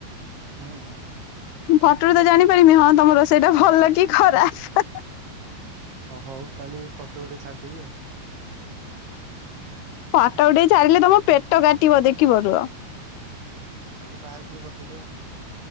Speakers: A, on the right; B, on the left.
A: ହୁଁ ହୁଁ।
B: ଫଟୋରୁ ତ ଜାଣିପାରିମି ହଁ ତମ ରୋସେଇଟା ଭଲ କି ଖରାପ ହେଁ ହେଁ।
A: ହ ହୋଉ କାଲି ଫୋଟୋ ଉଠେଇକି ଛାଡିଦେବି ଆଉ।
B: ଫଟୋ ଉଠେଇ ଛାଡିଲେ ତମ ପେଟ କାଟିବ ଦେଖିବ ରୁହ।
A: ନହେଲେ ବାହାରେ ଟିକେ ପକେଇଦବ।